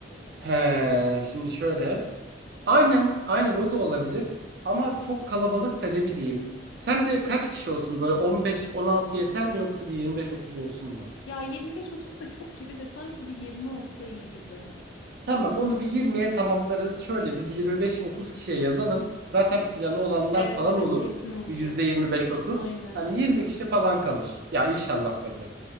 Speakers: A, on the right; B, on the left.
A: He, şimdi şöyle. Aynen, aynen o da olabilir. Ama çok kalabalık da ne bileyim. Sence
B: Hani
A: kaç kişi olsun? Böyle on beş on altı yeter mi yoksa bir 25 30 olsun mu?
B: ya 25-30 da çok gibi de sanki bir 20 olsa iyi gibi.
A: Tamam onu bir 20'ye tamamlarız. Şöyle biz 25-30 kişiye yazalım. Zaten planı olanlar
B: Evet
A: falan
B: evet
A: olur.
B: kesin olacak.
A: Bir yüzde %25-30.
B: Aynen.
A: Hani 20 kişi falan kalır. Ya inşallah tabii.